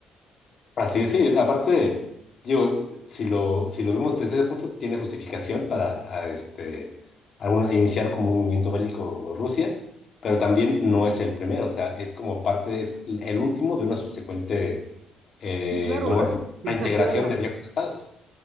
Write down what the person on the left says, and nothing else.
Así es, sí, aparte, digo, si lo, si lo vemos desde ese punto, tiene justificación para a, este, algún iniciar como un movimiento bélico Rusia, pero también no es el primero, o sea, es como parte, es el último de una subsecuente eh,
como
reintegración
de viejos estados.